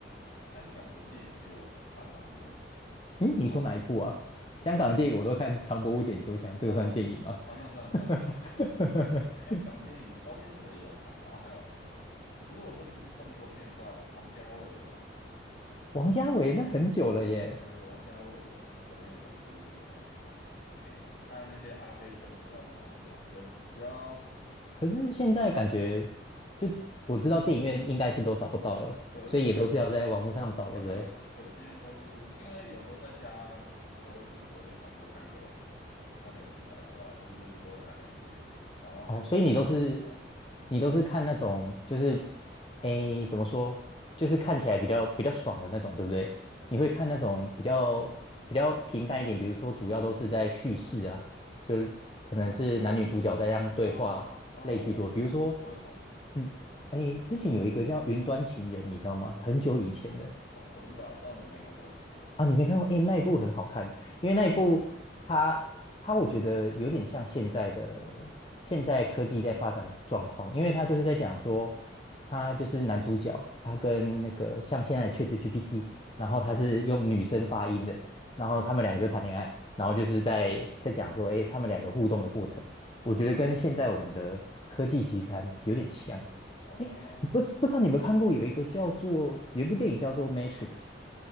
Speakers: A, on the left; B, on the left.
A: 香港的电影，其实我看蛮多的，
B: 嗯，
A: 然后。
B: 你说哪一部啊？香港的电影我都看《唐伯虎点秋香》，这个算电影吗？
A: 哦哦，那算了算了算了，那个算经典。
B: <laughs>
A: 香港电影周星驰的也有看，然后还有，如果说不是动作片的话，王家卫的吧？
B: 王家卫那很久了耶，
A: 对对对，王家卫的的那种，比如什么，哎，他的那些《阿飞正传》啊，那种比较比较，
B: 可是现在感觉就我知道电影院应该是都找不到了，
A: 对对，
B: 所以也都是要在网络上找，
A: 那个那个是对，
B: 对不对？
A: 现在都是因为有时候在家可能休息的时候就想说看个串流平台的话，就是都会看那种电影，然后先从
B: 哦，所以你都是
A: Netflix 上面找。
B: 你都是看那种就是诶，怎么说，就是看起来比较比较爽的那种，对不对？你会看那种比较比较平淡一点，比如说主要都是在叙事啊，就可能是男女主角在这样对话类居多。
A: 哦，我我都啊哦，我我我我会看
B: 比如说，嗯，诶，之前有一个叫《云端情人》，你知道吗？很久以前的，
A: 哦，我知道，但我没看过，
B: 啊，你没看过？诶，那一部很好看，
A: 我没看过。
B: 因为那一部它它我觉得有点像现在的现在科技在发展的状况，因为它就是在讲说，他就是男主角，他跟那个像现在的 ChatGPT，
A: 嗯嗯，
B: 然后他是用女生发音的，然后他们两个就谈恋爱，然后就是在在讲说，诶，他们两个互动的过程，
A: 嗯哦
B: 我觉得跟现在我们的科技题材有点像。
A: 哦
B: 诶，不不知道你有没有看过有一个叫做有一部电影叫做《Matrix》，